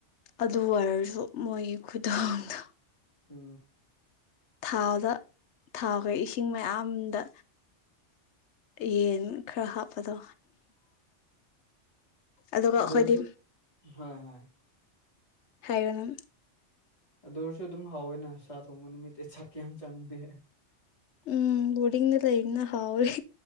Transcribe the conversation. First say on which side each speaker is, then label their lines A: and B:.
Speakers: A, on the left; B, on the left.
A: ꯑꯗꯨ ꯑꯣꯏꯔꯁꯨ ꯃꯣꯏꯒꯤ ꯈꯨꯊꯥꯡꯗ
B: ꯎ
A: ꯊꯥꯎꯗ ꯊꯥꯎꯈꯦ ꯏꯁꯤꯡ ꯃꯌꯥꯝꯗ ꯌꯦꯟ ꯈꯔ ꯍꯥꯞꯄꯗꯣ ꯑꯗꯨꯒ
B: ꯑꯗꯨ
A: ꯑꯩꯈꯣꯏꯗꯤ
B: ꯑꯣꯏꯔꯁꯨ ꯍꯣꯏ ꯍꯣꯏ
A: ꯍꯥꯏꯔꯨꯅ
B: ꯑꯗꯨ ꯑꯣꯏꯔꯁꯨ ꯑꯗꯨꯝ ꯍꯥꯎꯋꯦꯅ ꯁꯥ ꯊꯣꯡꯕ ꯅꯨꯃꯤꯠꯇꯦ ꯁꯛꯀ ꯌꯥꯝ ꯆꯪꯅꯦ
A: ꯎꯝ ꯕꯨꯗꯤꯒꯅꯦꯂ ꯏꯅ ꯍꯥꯎ꯭ꯔꯤ